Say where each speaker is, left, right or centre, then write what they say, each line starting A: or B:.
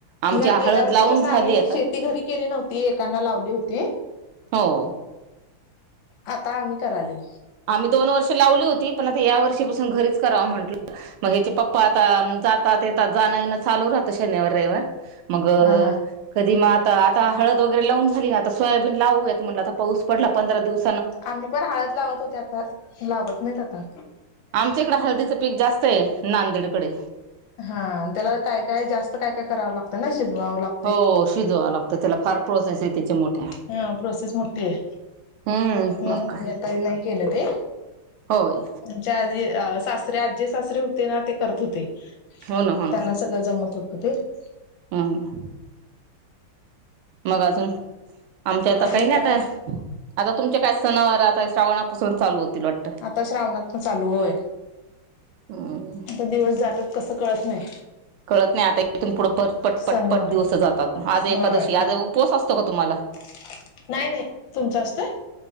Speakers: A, on the right; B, on the left.
A: आमची
B: या गेल्या
A: हळद
B: वर्षी
A: लावून
B: कस
A: झाली
B: आम्ही
A: आता
B: शेती घरी केली नव्हती, एकाना लावली होती.
A: हो.
B: आता आम्ही करालोय.
A: आम्ही दोन वर्ष लावली होती पण आता या वर्षीपासून घरीच कराव म्हटल. मग ह्याचे पप्पा आता जातात येतात जाण येण चालू राहत शनिवार रविवार. मग.
B: हा हा
A: कधी मग आता -आता हळद वगैरे लावून झाली ना आता सोयाबीन लावूयात म्हणल आता पाऊस पडला पंधरा दिवस.
B: आम्ही पण हळद लावत होते आता. लावत नाहीत आता‌.
A: आमच्या इकड हळदीच पीक जास्त आहे नांदेडकडे.
B: हा त्याला काय काय जास्त काय काय कराव लागत ना शिजवावं लागत.
A: हो शिजवावं लागत, त्याला फार प्रोसेस आहे त्याच्या मोठ्या.
B: हा.. प्रोसेस मोठीय.
A: हम्म
B: म्हणून
A: मग काय
B: आही आता नाही केल ते,
A: होय
B: च्या अधी सासरे आजे सासरे होते ना, ते करत होते,
A: हो ना हो
B: त्यांना सगळं जमत होते. <unintelligible>
A: हम् मग अजून ता, आमच्या आता
B: अजून
A: काही नाही
B: काय
A: आता, आता तुमचे काय सणावार आता श्रावणापासून चालू होतील. वाट
B: आता श्रावणातन चालू होय,
A: हम्म
B: आता दिवस जातात कसं कळत नाही.
A: कळत नाही आता इथून पुढं पटपट पटपट
B: सणवार
A: दिवस जातात आज एकादशी
B: होय
A: आज उपवास असतो का, तुम्हाला.
B: <inaudible> नाही नाही तुमचं असतोय.